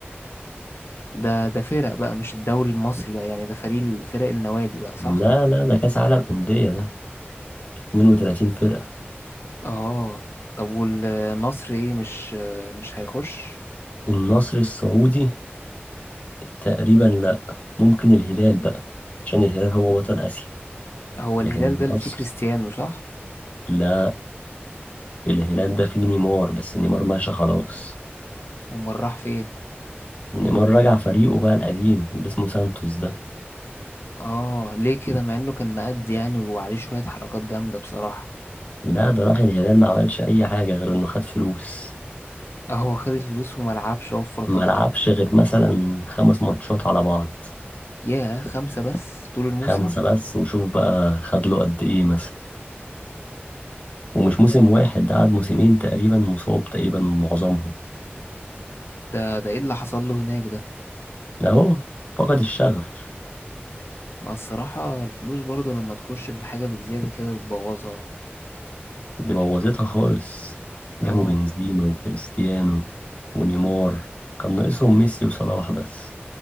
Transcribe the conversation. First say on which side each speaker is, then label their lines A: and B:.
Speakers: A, on the left; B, on the left.
A: ده ده فرق بقى مش الدوري المصري بقى يعني ده فريق فرق النوادي بقى صح؟
B: لا لا ده كأس عالم أندية ده 32 فرقة
A: اه طب والنصر ايه مش مش هيخش
B: النصر السعودي تقريبا لا ممكن الهلال بقى عشان الهلال هو بطل آسيا
A: هو
B: لكن
A: الهلال ده
B: النصر
A: اللي فيه كريستيانو صح
B: لا الهلال ده فيه نيمار بس نيمار ماشي خلاص
A: امال راح فين
B: نيمار رجع فريقه بقى القديم اللي اسمه سانتوس ده
A: اه ليه كده مع انه كان مقد يعني وعليه شوية حركات جامدة بصراحة
B: لا ده راح الهلال ما عملش أي حاجة غير إنه خد فلوس
A: اه هو خد الفلوس وملعبش وفر طاقته
B: ما لعبش غير مثلا خمس ماتشات على بعض
A: ياه خمسة بس طول الموسم
B: خمسة بس وشوف بقى خد له قد إيه مثلا ومش موسم واحد ده قعد موسمين تقريبا مصاب تقريبا معظمهم
A: ده ده ايه اللي حصل له هناك ده
B: أهو فقد الشغف
A: ما الصراحة الفلوس برضه لما تخش في الحاجة بالزيادة كده بتبوظها
B: دي بوظتها خالص جابوا
A: اه
B: بنزيما وكريستيانو ونيمار كان ناقصهم ميسي وصلاح بس